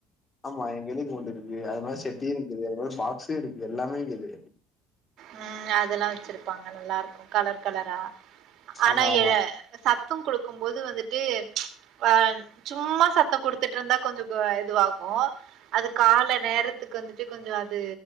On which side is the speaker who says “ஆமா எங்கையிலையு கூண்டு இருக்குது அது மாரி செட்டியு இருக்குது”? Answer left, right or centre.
Left